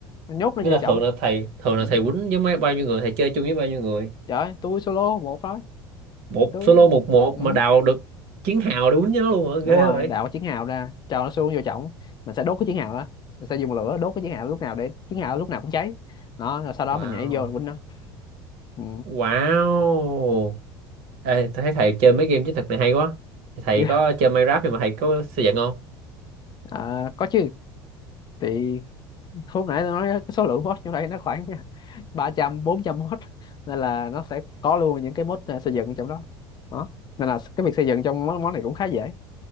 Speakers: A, on the left (about 35°); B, on the right (about 65°).
A: Mình nhốt nó
B: nghĩa
A: vô
B: là
A: chồng
B: thường là thầy thường là
A: ừ.
B: thầy quýnh với mấy bao nhiêu người thầy chơi chung với bao nhiêu người
A: trời ơi, tôi solo một thôi
B: một
A: tôi
B: solo một một
A: ừ.
B: mà đào được chiến hào để quýnh với nó luôn hả
A: đúng
B: ghê
A: rồi
B: vậy
A: đào cái chiến hào ra cho nó xuống vô chồng mình sẽ đốt cái chiến hào đó mình sẽ dùng lửa đốt cái chiến hào lúc nào để chiến hào lúc nào cũng cháy nó rồi sau đó
B: wow
A: mình nhảy vô mình quýnh nó ừ.
B: Wow. Ê, tôi thấy thầy chơi mấy game chiến thuật này hay quá. Thầy
A: <laughs> yeah.
B: có chơi Minecraft nhưng mà thầy có xây dựng không?
A: à, có chứ thì hôm nãy tôi nói cái số lượng mod trong đây nó khoảng <laughs> ba trăm bốn trăm mod nên là nó sẽ có luôn những cái mod à, xây dựng trong đó đó nên là cái việc xây dựng trong món món này cũng khá dễ